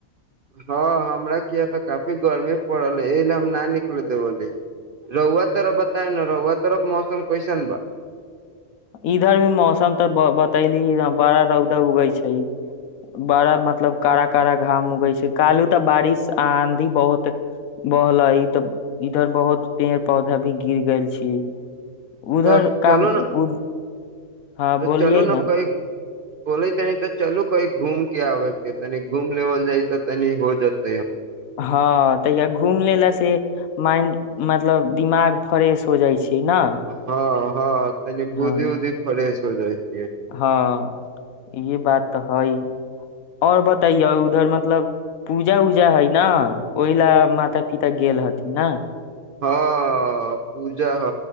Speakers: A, on the right (about 75°); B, on the left (about 70°).
A: हँ हमरा किया तऽ काफी गर्मी पड़ल है एहि ले हम न निकल देबली रहुआ तरफ बताए ने रहुआ तरफ मौसम कैसन बा
B: इधर भी मौसम तऽ बतैली बड़ा रौदा उगै छै बड़ा मतलब कड़ा कड़ा घाम उगै छै काल्ू तऽ बारिश आंधी बहुत बहलै तऽ इधर बहुत पेड़ पौधा भी गिर गेल छै उधर
A: तऽ
B: काम
A: चलू न
B: उध हाँ
A: तऽ
B: बोलियै
A: चलू ने
B: ना
A: कई बोले तनी तऽ चलू कही घूम के आबै के त घूम लेबल जाइ तऽ तनि हो जेत
B: हँ तऽ या घुम लेल ला से माइ मतलब दिमाग फ्रेश हो जाइ छै ना
A: हँ हँ तनी बुद्धि
B: हाँ
A: बुद्धि फरे छै हो जाइ छै
B: हँ ई बात तऽ हइ आओर बतैयो उधर मतलब पूजा उजा हइ ने ओहि लए माता पिता गेल हथिन ने
A: हँ पूजा ह